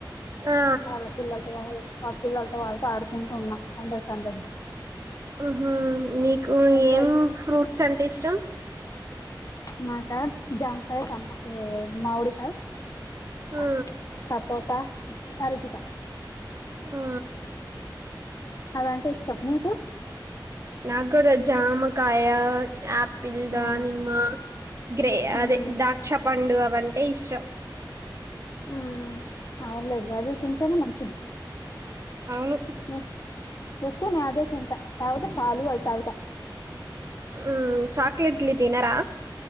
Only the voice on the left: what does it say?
అలా పిల్లలతో కానీ వా పిల్లతో వాళ్ళతో ఆడుకుంటూ ఉన్నా సందడి సందడి
ఎంజాయ్
చేసా
మాకా జాంకాయ చెమ్మా మామిడికాయ స
సపోట్ పాస్ అరటికాయ
అవంటే ఇష్టం మీకు
హ్మ్
హ్మ్
హ్మ్ అవునులేండి అవి తింటేనే మంచిది
నే ఎకునే అదే తంటా యావద పాలు అయితావుదా